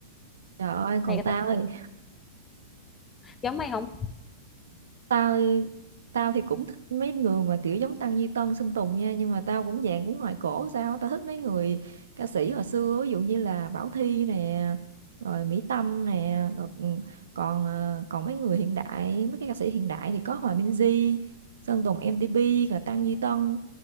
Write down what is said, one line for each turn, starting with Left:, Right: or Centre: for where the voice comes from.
Right: Trời ơi, còn
Left: Mày có
Right: tao
Left: thích
Right: thì
Left: giống mày không?
Right: tao tao thì cũng thích mấy người mà kiểu giống Tăng Duy Tân Sơn Tùng nha nhưng mà tao cũng dạng cũng ngoài cổ sao á. tao thích mấy người ca sĩ hồi xưa ví dụ như là Bảo Thy nè rồi Mỹ Tâm nè rồi còn còn ờ, còn mấy người hiện đại mấy cái ca sĩ hiện đại thì có Hòa Minzy Sơn Tùng MTP rồi Tăng Duy Tân